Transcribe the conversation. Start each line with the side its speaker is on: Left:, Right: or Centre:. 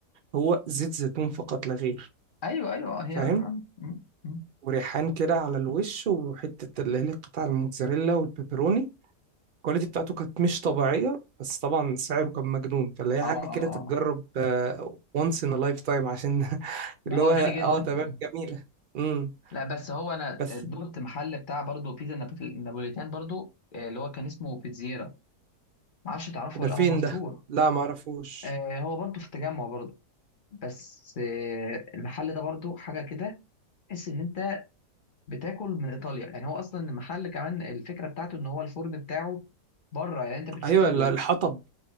Right: هو زيت زيتون فقط لا غير
Left: ايوه ايوه آه، هي
Right: فاهم
Left: مم. مم. مم.
Right: وريحان كده على الوش وحته اللي هي قطع الموتزاريلا والبيبروني الكواليتي بتاعته كانت مش طبيعية بس طبعا سعره كان مجنون فاللي هي
Left: اه اه
Right: حاجة كده
Left: اه
Right: تتجرب
Left: آه.
Right: آه، once in a lifetime عشان <laughs>
Left: لا
Right: اللي
Left: هو
Right: هو
Left: غالي
Right: اه
Left: جدا
Right: تمام
Left: مم.
Right: جميلة امم
Left: لا بس هو انا
Right: بس
Left: دقت محل بتاع برضه بيتزا نابت- نابوليتان برضه آه، اللي هو كان اسمه بيتزيرا معرفش تعرفه
Right: ده
Left: ولا
Right: فين
Left: لأ، هو مشهور
Right: ده؟ لا معرفوش
Left: آه هو برضو في التجمع برضو بس آه المحل ده برضو حاجة كده تحس إن أنت بتاكل من إيطاليا يعني هو أصلا المحل كمان الفكرة بتاعته إن هو الفرن بتاعه بره يعني أنت بتشوف
Right: ايوه ال-
Left: ال
Right: الحطب